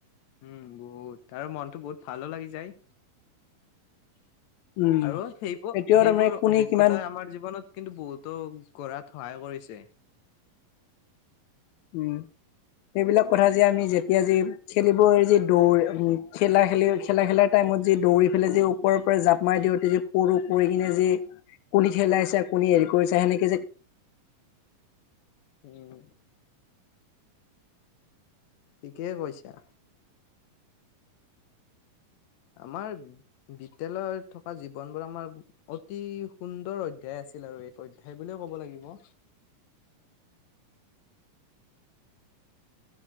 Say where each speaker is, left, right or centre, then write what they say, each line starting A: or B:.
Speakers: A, on the left; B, on the left.
A: উম! বহুত আৰু মনটো বহুত ভালো লাগি যায়।
B: উম।
A: আৰু সেইবোৰ-সেইবোৰ
B: এতিয়াও তাৰমানে কোনে
A: অভিজ্ঞতাই
B: কিমান
A: আমাৰ জীৱনত কিন্তু বহুতো গঢ়াত সহায় কৰিছে।
B: উম! সেইবিলাক কথা যে আমি যেতিয়া যে খেলিব যি দৌৰি খেলা খেলি খেলা খেলাৰ টাইমত যি দৌৰি পেলাই যি ওপৰৰ পৰা জাপ মাৰি দিওঁ তেতিয়া পৰো পৰি কিনে যি কোনে ঠেলাইছে, কোনে হেৰি কৰিছে সেনেকে যে
A: উম! ঠিকেই কৈছা। আমাৰ বিদ্যালয়ত থকা জীৱনবোৰ আমাৰ অতি সুন্দৰ অধ্যায় আছিল আৰু এক অধ্যায় বুলিয়েই ক'ব লাগিব।